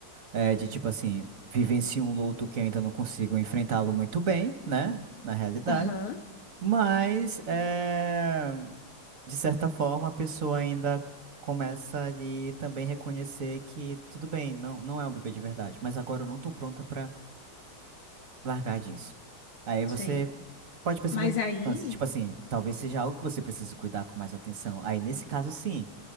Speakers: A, on the right (about 45°); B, on the left (about 80°).
A: é, de tipo assim, vivencio um luto que ainda não consigo enfrentá-lo muito bem, né? Na realidade.
B: Aham,
A: Mas, é, de certa forma, a pessoa ainda começa ali também reconhecer que tudo bem, não, não é um bebê de verdade, mas agora eu não tô pronta pra largar disso. Aí
B: sei.
A: você Pode perceber
B: Mas
A: esse
B: aí,
A: nuance. Tipo assim, talvez seja algo que você precise cuidar com mais atenção. Aí, nesse caso, sim,